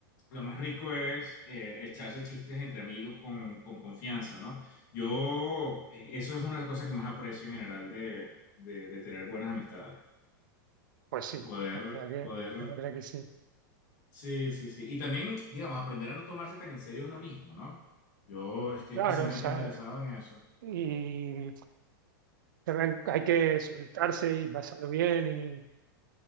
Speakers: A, on the left; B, on the right.
A: Lo más rico es eh, echarse chistes entre amigos con, con confianza, ¿no? Yo, eh, eso es una de las cosas que más aprecio en general de, de, de tener buenas amistades.
B: Pues sí,
A: Y Poder,
B: la verdad que,
A: poder,
B: la verdad que sí.
A: sí, sí, sí. Y también, digamos, aprender a no tomarse tan en serio uno mismo, ¿no? Yo estoy
B: Claro,
A: especialmente
B: o sea,
A: interesado en eso.
B: y también hay que soltarse y pasarlo bien y